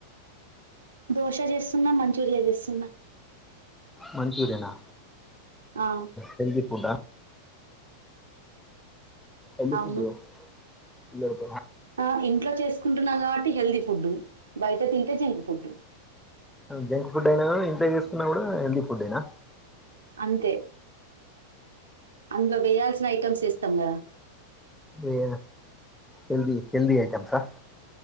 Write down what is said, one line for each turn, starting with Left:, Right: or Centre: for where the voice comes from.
Right: దోశ చేస్తున్నా, మంచూరియా చేస్తున్నా.
Centre: మంచూరియనా?
Right: ఆ
Centre: హెల్దీ ఫుడ్డా? ఎన్ని
Right: అవును
Centre: కుదిో <unintelligible>
Right: ఆ ఇంట్లో చేసుకుంటున్నా కాబట్టి హెల్తీ ఫుడ్ బయిట తింటే జంక్ ఫుడ్
Centre: జంక్ ఫుడ్ అయినా ఇంట్లో చేసుకున్నా కూడా హెల్దీ ఫుడ్డెనా?
Right: అంతే, అందులో వేయాల్సిన ఐటెమ్స్ వేస్తాం కదా!
Centre: ఎ హెల్దీ హెల్దీ ఐటెమ్సా?